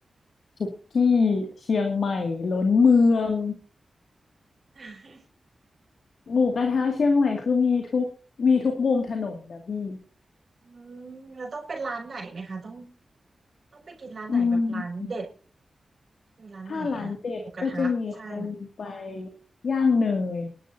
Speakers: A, on the left (about 75°); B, on the right (about 55°).
A: สุกี้เชียงใหม่ล้นเมือง
B: <laughs>
A: หมูกระทะเชียงใหม่คือมีทุกมีทุกมุมถนนนะพี่
B: อืมแล้วต้องเป็นร้านไหนไหมคะต้องต้องไปกินร้านไหนแบบร้านเด็ด
A: อืม
B: คือร้านไหนอะหมูกระทะใช่
A: ถ้าร้านเด็ดก็จะมีคนไปย่างเนย